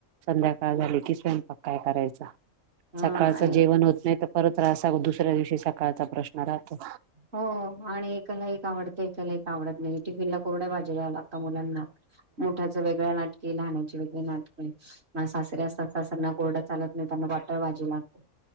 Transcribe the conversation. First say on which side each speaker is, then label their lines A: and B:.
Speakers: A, on the right; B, on the right.
A: संध्याकाळ झाली कि स्वयंपाक काय करायच
B: हा
A: सकाळचं
B: आणि
A: जेवण होत नाही तर परत रा दुसऱ्या दिवशी सकाळचा प्रश्न राहतो.
B: हो आणि एकाला एक आवडतं एकाला एक आवडत नाही टिफिनला कोरड्या भाजी देयाला लागतो. आत्ता मुलांना मोठ्याच वेगळं नाटके लहाण्याची वेगळी नाटके म सासरे असतात सासऱ्यांना कोरडं चालत नाही त्यांना वाटळ बाजी लागते.